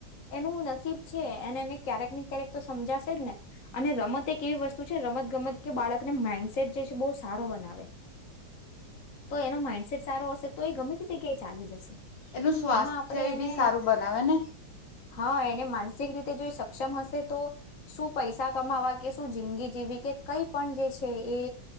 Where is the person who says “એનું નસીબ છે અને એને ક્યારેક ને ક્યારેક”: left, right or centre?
Left